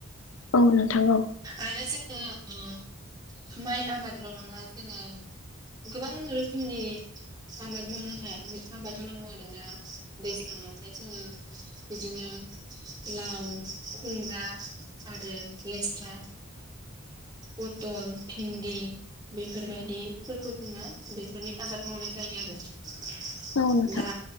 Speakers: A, on the left; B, on the right.
A: औ नोंथां औ
B: आरो जोङो माइ आबादल नङा जोङो गोबां रोखोमनि आबाद मावनो हाया आबाद मावो आरो दैज्लां आवहाय जोङो बिदिनो लाव खुमब्रा आरो लेस्रा पथल भिन्दि बेफोरबायदिफोरखौ जोङो बेफोरनि आबाद मावनाय जायो आरो
A: औ नोंथां
B: दा